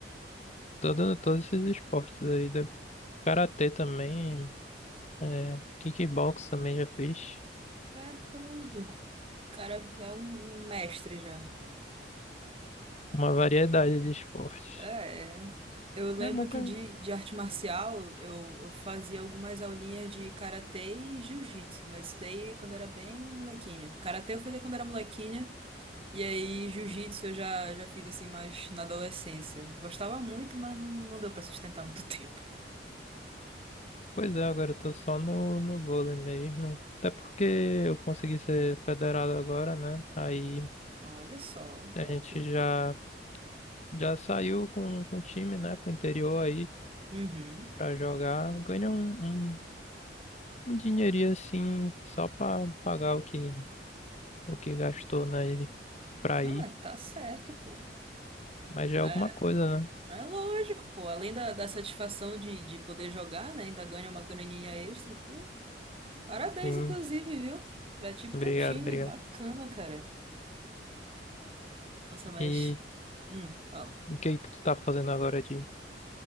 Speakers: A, on the left; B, on the right.
A: todo, todos esses esportes aí. da- Karatê também, é, kickbox também já fiz.
B: Tá doido. O cara é um um mestre já.
A: Uma variedade de esportes.
B: É, é. eu lembro
A: É bom, cara.
B: que de, de arte marcial eu, eu fazia algumas aulinhas de karatê e jiu-jitsu, mas isso daí quando era bem molequinha. Karatê eu fazia quando era molequinha, e aí jiu-jitsu eu já, já fiz assim mais na adolescência. Gostava muito, mas não, não deu pra sustentar <laughs> muito tempo.
A: Pois é, agora eu tô só no, no vôlei mesmo. Até porque eu consegui ser federado agora, né? Aí
B: Olha só,
A: a
B: top.
A: gente já, já saiu com, com o time, né, pro interior aí
B: Uhum.
A: pra jogar. Ganhou um, um, um dinheirinho assim, só pra pagar o que, o que gastou, né, pra
B: Não,
A: ir.
B: mas tá certo, pô.
A: Mas já é
B: É,
A: alguma coisa, né?
B: é lógico, pô. Além da, da satisfação de, de poder jogar, né? Ainda ganha uma graninha extra, pô. Parabéns,
A: Sim,
B: inclusive, viu? Já tive
A: obrigado,
B: teu time,
A: obrigado.
B: bacana, cara. Nossa, mas.
A: E
B: Hum, fala.
A: o que que tu tá fazendo agora de,